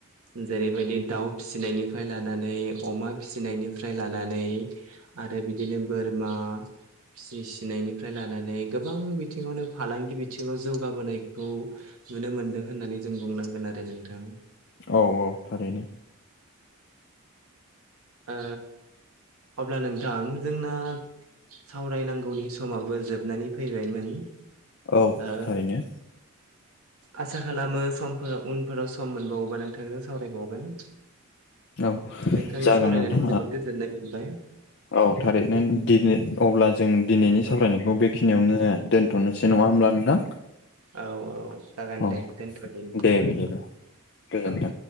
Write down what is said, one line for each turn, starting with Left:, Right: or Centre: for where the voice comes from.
Right: जेरैबायदि दाउ फिसिनायनिफ्राय लानानै अमा फिसिनायनिफ्राय लानानै आरो बिदिनो बोरमा फि सिनायनिफ्राय लानानै गोबां बिथिङावनो फालांगि बिथिङाव जौगाबोनायखौ नुनो मोनदों होननानै जों बुंनांगोन आरो नोंथां
Left: औ औ थारैनो
Right: ओ अब्ला नोंथां जोंना सावरायनांगौनि समावबो जोबनानै फैबायमोन
Left: औ
Right: ओ
Left: थारैनो
Right: आसा खालामो समफोराव उनफोराव सम मोनबावोबा नोंथांजों सावरायबावगोन।
Left: औ
Right: नोंथांजों
Left: जागोन
Right: सावरायनानै
Left: नोंथां
Right: जोबोद गोजोननाय मोनबाय
Left: ओ औ थारैनो दि अब्ला जों दिनैनि सावरायनायखौ बेखिनियावनो दोन्थ'नोसै नङा होमब्ला नोंथां।
Right: औ औ जागोन
Left: औ
Right: दे दोनथ'नि
Left: दे बिदिब्ला गोजोन्थों
Right: औ